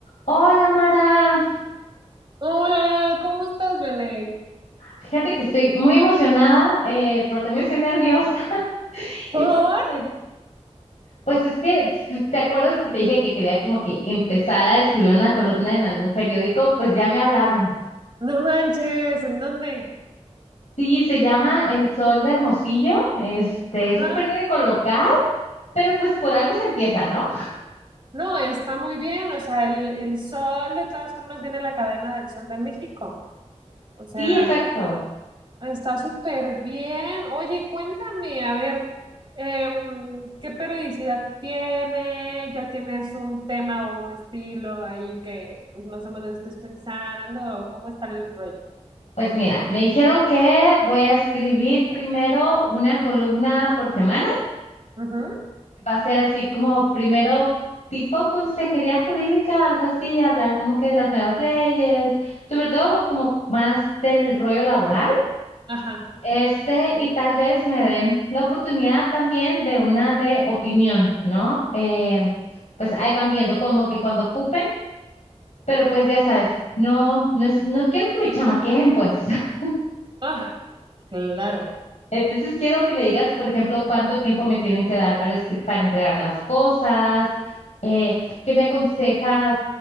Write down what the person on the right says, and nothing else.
Hola, ¿cómo estás, Vianey?
¿Por?
No manches, ¿en dónde?
Ajá.
No, está muy bien, o sea, el, el sol de todas formas viene la cadena del Sol de México. O sea,
está súper bien. Oye, cuéntame, a ver, em, ¿qué periodicidad tiene? ¿Ya tienes un tema o un estilo ahí que pues más o menos estés pensando? ¿Cómo está el rollo?
Ujú.
Ajá.
Ah, claro.